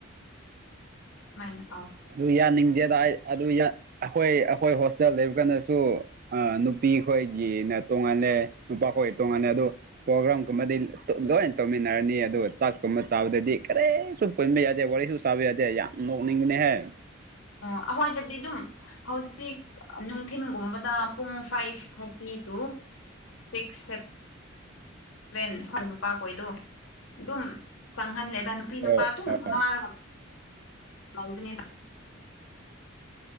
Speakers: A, on the left; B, on the right.
A: ꯃꯥꯏꯅꯥꯎ
B: ꯑꯗꯨ ꯌꯥꯅꯤꯡꯗꯦꯗ ꯑꯗꯨ ꯑꯩꯈꯣꯏ ꯑꯩꯈꯣꯏ ꯍꯣꯁꯇꯦꯜ ꯂꯩꯕ ꯀꯥꯟꯗꯁꯨ ꯑ ꯅꯨꯄꯤꯈꯣꯏꯒꯤꯅ ꯇꯣꯡꯉꯥꯟꯜꯂꯦ ꯅꯨꯄꯥꯈꯣꯏ ꯇꯣꯉꯥꯟꯜꯂꯦ ꯑꯗꯨꯣ ꯄ꯭ꯔꯣꯒ꯭ꯔꯥꯝꯒꯨꯝꯕꯗꯤ ꯂꯣꯏꯅ ꯇꯧꯃꯤꯟꯅꯔꯅꯤ ꯑꯗꯨꯒ ꯆꯥꯛꯀꯨꯝꯕ ꯆꯥꯕꯗꯗꯤ ꯀꯔꯤ ꯄꯣꯏꯃꯦ ꯌꯥꯗꯦ ꯋꯥꯔꯤꯁꯨ ꯁꯥꯕ ꯌꯥꯗꯦ ꯌꯥꯝ ꯅꯣꯛꯅꯤꯡꯅꯦ ꯍꯥꯏꯦ
A: ꯑꯣ ꯑꯩꯈꯣꯏꯗꯗꯤ ꯑꯗꯨꯝ ꯍꯧꯖꯤꯛ ꯅꯨꯡꯊꯤꯤꯟꯒꯨꯝꯕꯗ ꯄꯨꯡ ꯐꯥꯏꯚ ꯈꯔꯕꯤꯗꯨ ꯐꯤꯁꯦ ꯚꯦꯟ ꯍ꯭ꯋꯥꯏ ꯅꯨꯄꯥꯈꯣꯏꯗꯣ ꯑꯗꯨꯝ ꯈꯪꯍꯜꯂꯦꯗ ꯅꯨꯄꯤ ꯅꯨꯄꯥ
B: ꯑꯣ
A: ꯑꯗꯨꯝ
B: ꯑꯣ
A: ꯑꯅꯥꯔ ꯃꯅꯦꯗ